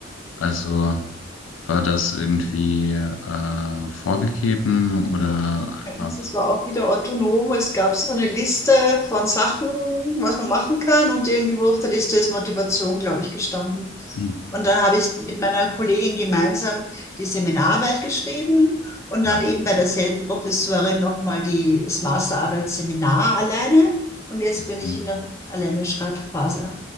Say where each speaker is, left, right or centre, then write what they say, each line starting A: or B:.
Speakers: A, on the left (about 80°); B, on the left (about 15°).
A: Also war das irgendwie äh, vorgegeben oder
B: Ja,
A: einfach?
B: Es war auch wieder autonom. Es gab so eine Liste von Sachen, was man machen kann. Und irgendwo auf der Liste ist Motivation, glaube ich, gestanden.
A: Hm.
B: Und dann
A: Ja.
B: habe ich mit meiner Kollegin gemeinsam die Seminararbeit geschrieben und
A: Ja.
B: dann eben bei derselben Professorin nochmal die, das Masterarbeitsseminar alleine. Und jetzt
A: Mhm.
B: bin ich in der alleine Schreibphase.